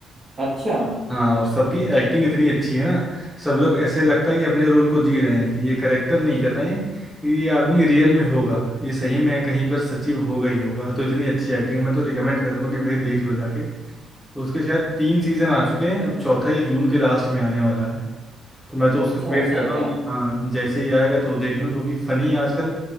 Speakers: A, on the right (about 25°); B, in the centre.
A: अच्छा
B: हाँ और सबकी एक्टिंग इतनी अच्छी है ना सब लोग ऐसे लगता है कि अपने रोल को जी रहे हैं कि ये करेक्टर नहीं कर रहे हैं ये आदमी रियल में होगा ये सही में कहीं पर सचिव होगा ही होगा तो इतनी अच्छी एक्टिंग मैं तो रिकमेंड करूंगा कि भाई देख लो जाके उसके शायद तीन सीजन आ चुके हैं अब चौथा ये जून के लास्ट में आने वाला है तो मैं तो उसका
A: अच्छा
B: वेट
A: ऐसा
B: कर
A: है
B: रहा
A: क्या
B: हूँ कि हाँ जैसे ही आएगा तो देख लूँ क्योंकि फ़नी आजकल